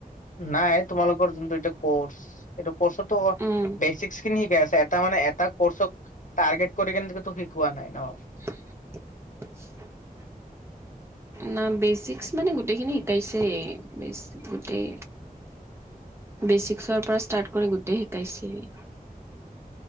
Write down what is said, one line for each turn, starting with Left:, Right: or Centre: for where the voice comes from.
Left: নাই, তোমালোকৰ যোনটো এটো কৰ্চ এইটো কৰ্চতো
Right: উম
Left: বেচিক খিনি শিকাই আছে। এটা মানে এটা কৰ্চক টাৰ্গেট কৰি কিন্তু শিকোৱা নাই ন'?
Right: <inaudible> না বেচিকচ মানে গোটেইখিনি শিকাইছেই, বেচ গোটেই বেছিক্সৰ পৰা ষ্টাৰ্ট কৰি গোটেই শিকাইছেই।